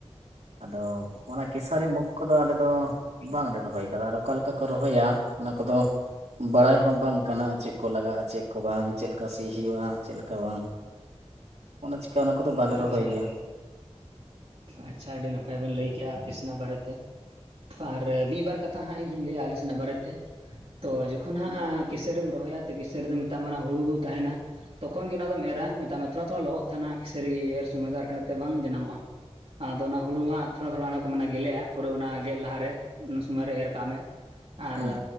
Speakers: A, on the right; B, on the right.
A: ᱟᱫᱚ ᱚᱱᱟ ᱠᱮᱥᱟᱨᱤ, ᱢᱩᱠᱷ ᱠᱚᱫᱚ ᱟᱞᱮ ᱫᱚ᱾ ᱵᱟᱝᱞᱮ ᱨᱚᱦᱚᱭ ᱠᱟᱫᱟ ᱟᱨ ᱚᱠᱟᱞᱮᱠᱟ ᱠᱚ ᱨᱚᱦᱚᱭᱟ ᱚᱱᱟ ᱠᱚᱫᱚ ᱵᱟᱲᱟᱭ ᱦᱚᱸ ᱵᱟᱝ ᱠᱟᱱᱟ ᱪᱮᱜ ᱠᱚ ᱞᱟᱜᱟᱜᱼᱟ ᱪᱮᱜ ᱠᱚ ᱵᱟᱝ ᱪᱮᱜ ᱞᱮᱠᱟ ᱥᱤ ᱦᱩᱭᱩᱜᱼᱟ ᱪᱮᱜ ᱞᱮᱠᱟ ᱵᱟᱝ? ᱚᱱᱟ ᱪᱤᱠᱟ ᱚᱱᱟ ᱠᱚᱫᱚ ᱵᱟᱞᱮ ᱨᱚᱦᱚᱭ
B: ᱟᱪᱪᱷᱟ
A: ᱜᱮᱭᱟ᱾
B: ᱟᱪᱪᱷᱟ ᱟᱹᱰᱤ ᱱᱟᱯᱟᱭ ᱵᱮᱱ ᱞᱟᱹᱭ ᱠᱮᱜᱼᱟ ᱟᱯᱤᱥᱮᱱᱟᱜ ᱵᱟᱨᱮᱛᱮ ᱟᱨ ᱢᱤᱫᱵᱟᱨ ᱠᱟᱛᱷᱟ ᱦᱟᱸᱜ ᱤᱧᱦᱚᱧ ᱞᱟᱹᱭᱟ ᱟᱞᱮ ᱥᱮᱱᱟᱜ ᱵᱟᱨᱮᱛᱮ ᱛᱚ ᱡᱚᱠᱷᱚᱱ ᱦᱟᱸᱜ ᱠᱤᱥᱬᱮᱢ ᱮᱢ ᱨᱚᱦᱚᱭᱟ ᱛᱚ ᱠᱤᱥᱟᱹᱬ ᱨᱮ ᱫᱚ ᱢᱮᱛᱟᱢᱟ ᱦᱩᱲᱩ ᱠᱚ ᱛᱟᱦᱮᱱᱟ᱾ ᱛᱚᱠᱷᱚᱱ ᱜᱮ ᱚᱱᱟ ᱫᱚᱢ ᱮᱨᱟ ᱢᱮᱛᱟᱜ ᱢᱮ ᱛᱷᱚᱲᱟ ᱛᱷᱚᱲᱟ ᱞᱚᱦᱚᱫ ᱛᱟᱦᱮᱱᱟ ᱠᱤᱥᱟᱹᱨᱤ ᱮᱨ ᱥᱚᱢᱚᱭ ᱫᱚ ᱟᱨᱠᱷᱛᱮ ᱵᱟᱝ ᱡᱟᱱᱟᱢᱚᱜᱼᱟ᱾ ᱟᱫᱚ ᱚᱱᱟ ᱦᱩᱲᱩ ᱦᱟᱸᱜ ᱛᱷᱚᱲᱟ ᱛᱷᱚᱲᱟ ᱚᱱᱟ ᱠᱚ ᱢᱮᱱᱟ ᱜᱮᱞᱮᱜᱼᱟ᱾ ᱯᱩᱨᱟᱹ ᱚᱱᱟ ᱜᱮᱫ ᱞᱟᱦᱟᱨᱮ ᱩᱱ ᱥᱚᱢᱚᱭ ᱨᱮ ᱮᱨ ᱠᱟᱜ ᱢᱮ ᱟᱨ
A: ᱦᱩᱸ